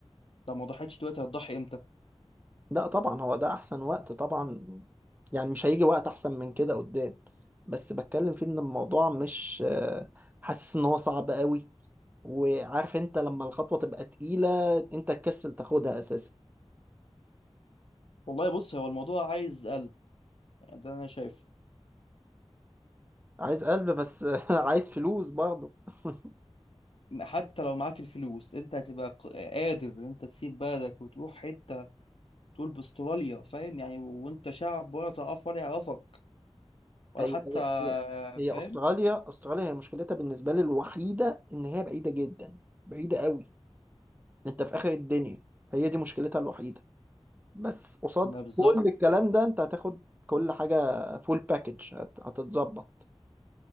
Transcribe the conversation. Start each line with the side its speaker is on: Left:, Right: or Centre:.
Left: لو ما ضحيتش دلوقتي هتضحي امتى
Right: لا طبعا هو ده احسن وقت طبعا يعني مش هيجي وقت احسن من كده قدام بس بتكلم فيه ان الموضوع مش آه، حاسس ان هو صعب قوي وعارف انت لما الخطوة تبقى تقيلة انت تكسل تاخدها اساسا
Left: والله بص هو الموضوع عايز قلب يعني ده انا شايفه
Right: عايز قلب بس <laughs> عايز فلوس برضه <laughs>
Left: حتى لو معاك الفلوس انت هتبقى ق- قادر ان انت تسيب بلدك وتروح حته تقول باستراليا فاهم يعني وانت شعب ولا تعرف ولا يعرفك ولا
Right: هي
Left: حتى
Right: هي هي هي
Left: فاهم
Right: استراليا استراليا هي مشكلتها بالنسبة لي الوحيدة ان هي بعيدة جدا بعيدة قوي انت في اخر الدنيا هي دي مشكلتها الوحيدة بس قصاد
Left: ما بالظبط
Right: كل الكلام ده انت هتاخد كل حاجة فول باكج هتتظبط